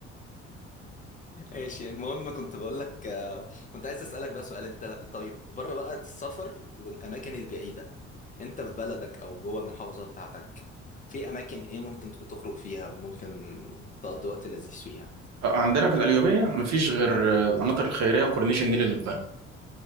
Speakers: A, on the left; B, on the right.
A: ماشي المهم كنت بقول لك آه، كنت عايز اسالك بقى سؤال انت طيب بره بقى السفر والاماكن البعيده انت في بلدك او جوه المحافظه بتاعتك في اماكن ايه ممكن بتخرج فيها وممكن تقضي وقت لذيذ فيها
B: آه، عندنا في القليوبيه مفيش غير آه، القناطر الخيريه وكورنيش النيل اللي في بنها